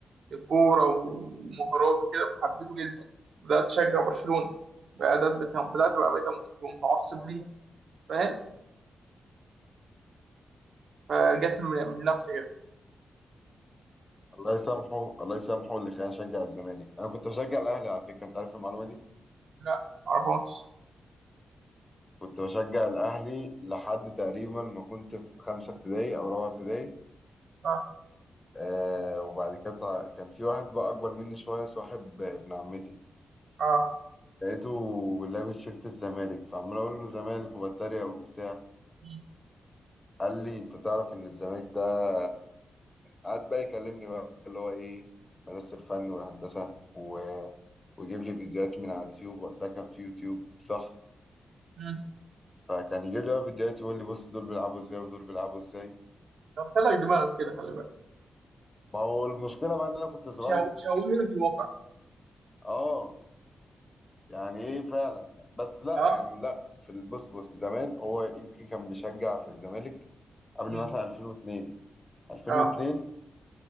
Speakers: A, on the right; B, on the left.
A: الكوره ومهارات وكده فحبيته جدا بدات اشجع برشلونه بدات بتا- بدات بقى بقيت مت- متعصب
B: اه
A: ليها فاهم فجت م- من نفسي كده
B: الله يسامحه الله يسامحه اللي خلاني اشجع الزمالك انا كنت بشجع الاهلي على فكره انت عارف المعلومه دي
A: لا معرفهاش
B: كنت بشجع الاهلي لحد تقريبا ما كنت في خمسه ابتدائي او رابعه ابتدائي
A: اه
B: آه وبعد كده طا- كان في واحد بقى اكبر مني شويه صاحب ابن عمتي
A: اه
B: لقيته لابس شيرت الزمالك فعمال اقول له زمالك وبتريق وبتاع
A: م-
B: قال لي انت تعرف ان الزمالك ده قعد بقى يكلمني بقى اللي هو ايه مدرسة الفن والهندسة و... ويجيب لي فيديوهات من على اليوتيوب وقتها كان في يوتيوب صح
A: م.
B: فكان يجيب لي بقى فيديوهات يقول لي بص دول بيلعبوا ازاي ودول بيلعبوا ازاي
A: قلت لك دماغك كده خلي بالك
B: ما هو المشكلة بقى ان انا كنت صغير
A: شو- شوهنا في الواقع
B: اه يعني ايه فعلا يعني بس لا
A: اه
B: يعني لا في البص بص زمان هو يمكن كان بيشجع في الزمالك قبل
A: مم.
B: مثلا 2002 2002
A: اه